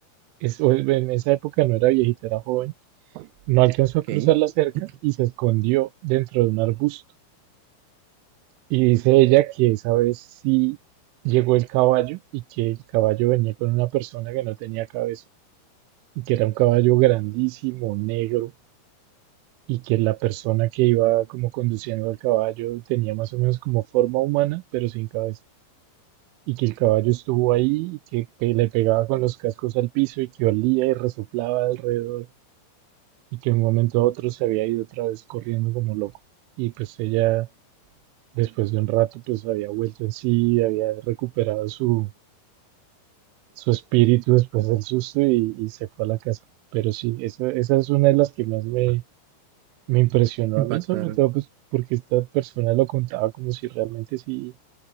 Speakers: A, on the right; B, on the right.
A: es, o en esa época no era viejita, era joven, No alcanzó
B: ok.
A: a cruzar la cerca
B: <clears throat>
A: y se escondió dentro de un arbusto. Y dice ella que esa vez sí llegó el caballo y que el caballo venía con una persona que no tenía cabeza y que era un caballo grandísimo, negro y que la persona que iba como conduciendo al caballo tenía más o menos como forma humana pero sin cabeza y que el caballo estuvo ahí y que pe- le pegaba con los cascos al piso y que olía y resoplaba alrededor y que de un momento a otro se había ido otra vez corriendo como loco. Y pues ella Después de un rato, pues había vuelto en sí, había recuperado su, su espíritu después del susto y, y se fue a la casa. Pero sí, esa, esa es una de las que más me, me impresionó a
B: Impactaron,
A: mí, sobre todo pues porque esta persona lo contaba como si realmente sí,